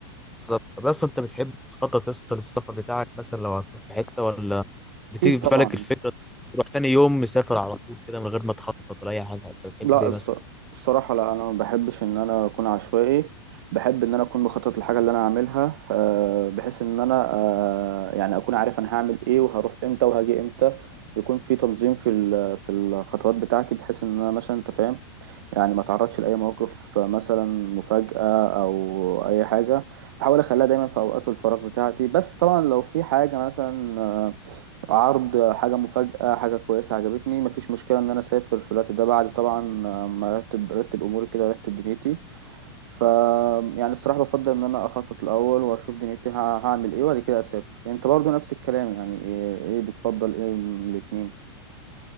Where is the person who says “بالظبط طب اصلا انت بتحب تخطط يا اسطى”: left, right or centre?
Centre